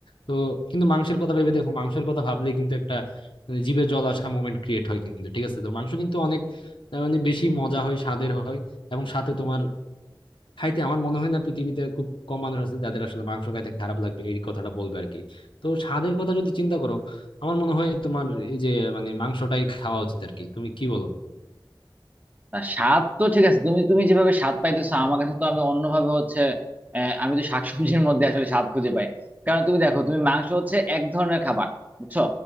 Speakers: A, on the left; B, on the right.
A: তো কিন্তু মাংসের কথা ভেবে দেখো মাংসের কথা ভাবলে কিন্তু একটা মানে জিভে জল আসা মোমেন্ট ক্রিয়েট হয় কিন্তু ঠিক আছে তো মাংস কিন্তু অনেক আহ, মানে বেশি মজা হয় স্বাদের হয় এবং সাথে তোমার খাইতে আমার মনে হয় না পৃথিবীতে খুব কম মানুষ আছে যাদের আসলে মাংস খাইতে খারাপ লাগবে এই কথাটা বলবে আর কি তো স্বাদের কথা যদি চিন্তা করো আমার মনে হয় তোমার এই যে মানে মাংসটাই খাওয়া উচিত আর কি তুমি কি বলো
B: না স্বাদ তো ঠিক আছে তুমি তুমি যেভাবে স্বাদ পাইতেছো আমার কাছে তো আমি অন্যভাবে হচ্ছে আহ, আমি তো শাকসবজির মধ্যে আসলে স্বাদ খুঁজে পাই কারণ তুমি দেখো তুমি মাংস হচ্ছে এক ধরনের খাবার বুঝছো